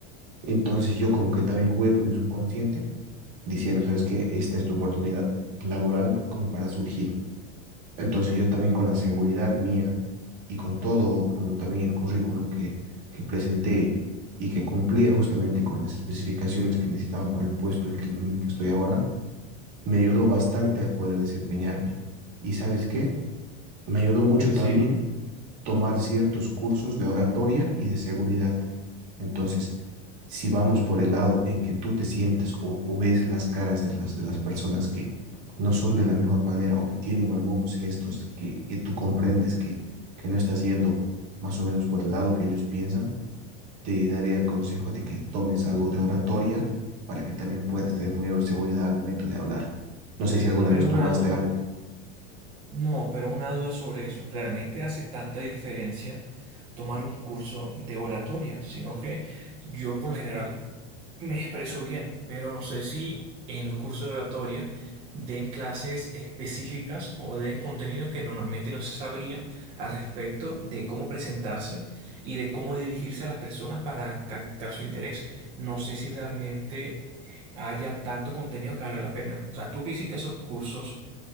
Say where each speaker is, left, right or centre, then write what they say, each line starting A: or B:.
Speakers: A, on the right; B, on the right.
A: entonces yo como que también jugué con mi subconsciente diciendo, ¿sabes qué? Esta es tu oportunidad laboral como para surgir. Entonces yo también con la seguridad mía y con todo, bueno, también el currículum que, que presenté y que cumplía justamente con las especificaciones que necesitaban para el puesto en que- en el que estoy ahora, me ayudó bastante a poder desempeñarme. ¿Y sabes qué? Me ayudó mucho
B: Sí,
A: también tomar ciertos cursos de oratoria y de seguridad. Entonces, si vamos por el lado en que tú te sientes o, o ves las caras de las, de las personas que no son de la mejor manera o que tienen algunos gestos que, que tú comprendes que, que no estás yendo más o menos por el lado que ellos piensan, te daría el consejo de que tomes algo de oratoria para que también puedas tener mayor seguridad al momento de hablar. No sé si alguna
B: pero
A: vez
B: una
A: tomaste
B: duda,
A: algo.
B: no, pero una duda sobre eso. ¿Realmente hace tanta diferencia tomar un curso de oratoria? Sino que yo por lo general Me expreso bien, pero no sé si en los cursos de oratoria den clases específicas o den contenido que normalmente no se sabría al respecto de cómo presentarse y de cómo dirigirse a las personas para captar su interés. No sé si realmente haya tanto contenido que valga la pena. O sea, tú que hiciste esos cursos,